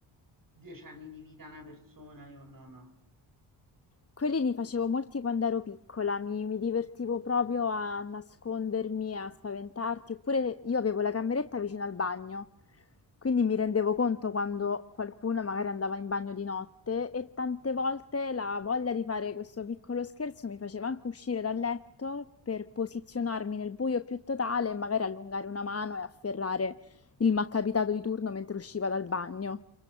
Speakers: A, on the right; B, on the left.
A: dieci anni di vita a una persona, io no, no.
B: Quelli li facevo molti quando ero piccola, mi, mi divertivo proprio a nascondermi, a spaventarti, oppure io avevo la cameretta vicino al bagno, quindi mi rendevo conto quando qualcuno magari andava in bagno di notte e tante volte la voglia di fare questo piccolo scherzo mi faceva anche uscire dal letto per posizionarmi nel buio più totale e magari allungare una mano e afferrare il malcapitato di turno mentre usciva dal bagno.